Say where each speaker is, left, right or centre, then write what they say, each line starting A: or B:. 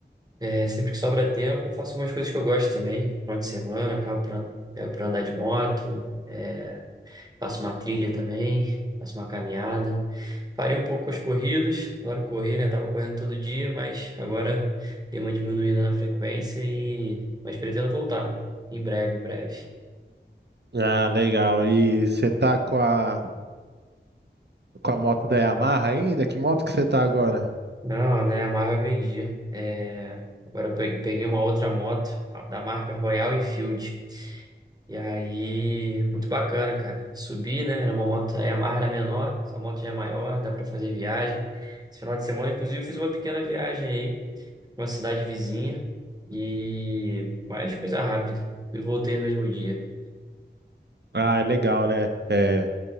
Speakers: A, on the right (about 20°); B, on the right (about 65°).
A: é, sempre que sobra tempo eu faço umas coisas que eu gosto também. Final de semana, acabo pra, pego pra andar de moto, é, Faço uma trilha também, faço uma caminhada. Parei um pouco com as corridas, agora correr, né? Tava correndo todo dia, mas agora dei uma diminuída na frequência e mas pretendo voltar em breve, em breve.
B: Ah, legal. E você tá com a, com a moto da Yamaha ainda? Que moto que você tá agora?
A: Não, né? A Marvel eu vendi. É, Agora eu pe- peguei uma outra moto a- da marca Royal Enfield. E aí, muito bacana, cara. Subi, né? Era uma moto, a Yamaha era menor, essa moto já é maior, dá pra fazer viagem. Esse final de semana, inclusive, eu fiz uma pequena viagem uma cidade vizinha e mais coisa rápida. Fui e voltei no mesmo dia.
B: Ah, é legal, né? É,